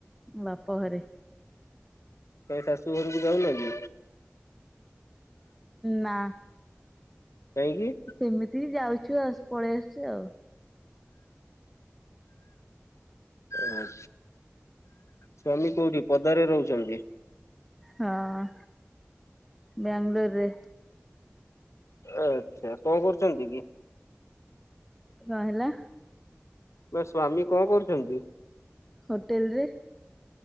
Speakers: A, in the centre; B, on the left.
A: ବାପ ଘରେ।
B: କାହିଁ ଶାଶୁ ଘରକୁ ଯାଉନ କି?
A: ନା।
B: କହିଁ କିି?
A: ସେମିତି ଯାଉଛୁ ଆସ୍ ପଳେଇ ଆସୁଛୁ ଆଉ।
B: ଆଚ୍ଛା ସ୍ୱାମୀ କୋଉଠି ପଦାରେ ରହୁଛନ୍ତି?
A: ହଁ ବାଙ୍ଗଲୋରରେ।
B: ଆଚ୍ଛା କଣ କରୁଛନ୍ତି କି?
A: କଣ ହେଲା?
B: ବା ସ୍ଵାମୀ କଣ କରୁଛନ୍ତି?
A: ହୋଟେଲରେ।